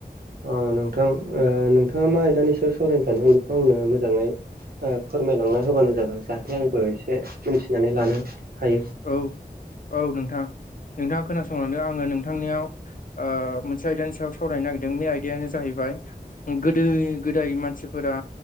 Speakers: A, on the right; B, on the left.
A: अ नोंथां ओ नोंथाङा मा आयदानि सायाव सावरायनो सानदों, बेखौ आंनो मोजाङै ओ फोरमायलांना होबानो जाबाय जाहाथे आंबो एसे मिथिनानै लानो हायो।
B: औ औ नोंथां। नोंथाङा खोनासंलांदो आङो नोंथांनियाव ओ मोनसे आयदानि सायाव सावरायनो नागिरदों बे आयदायानो जाहैबाय गोदो गोदाय मानसिफोरा